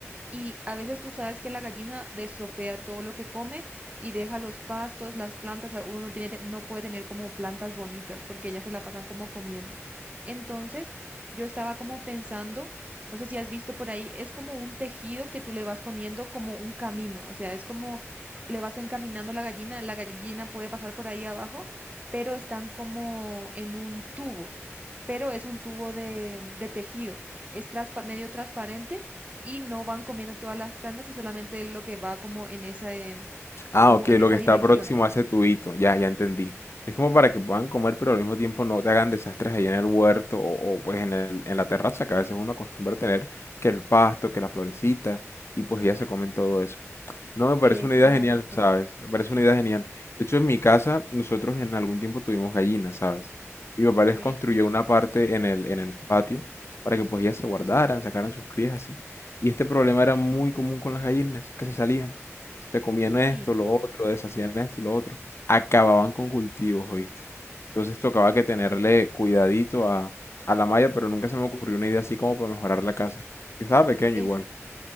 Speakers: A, on the right; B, on the left.
A: Y a veces tú sabes que la gallina destropea todo lo que come y deja los pastos, las plantas, a- uno no tiene, te- no puede tener como plantas bonitas porque ellas se la pasan como comiendo. Entonces, yo estaba como pensando, no sé si has visto por ahí, es como un tejido que tú le vas poniendo como un camino, o sea, es como le vas encaminando a la gallina, la gallina puede pasar por ahí abajo, pero están como en un tubo, pero es un tubo de, de tejido, es traspa- medio transparente y no van comiendo todas las plantas y solamente lo que va como en esa, em,
B: Ah,
A: como
B: ok,
A: en
B: lo
A: esa
B: que está
A: dirección.
B: próximo a ese tubito, ya, ya entendí. Es como para que puedan comer, pero al mismo tiempo no te hagan desastres ahí en el huerto o, o, pues en el- en la terraza, que a veces uno acostumbra a tener que el pasto, que la florecita, y pues ya se comen todo eso. No, me parece
A: Exacto.
B: una idea genial, ¿sabes? Me parece una idea genial. De hecho, en mi casa, nosotros en algún tiempo tuvimos gallinas, ¿sabes? Mi papá
A: Ok.
B: les construyó una parte en el, en el patio para que pues ellas se guardaran, sacaran sus crías así. Y este problema era muy común con las gallinas, que se salían. Se comían
A: Sí.
B: esto, lo otro, deshacían esto y lo otro. Acababan con cultivos, ¿oíste? Entonces tocaba que tenerle cuidadito a, a la malla, pero nunca se me ocurrió una idea así como para mejorar la casa. Yo estaba pequeño
A: es
B: igual.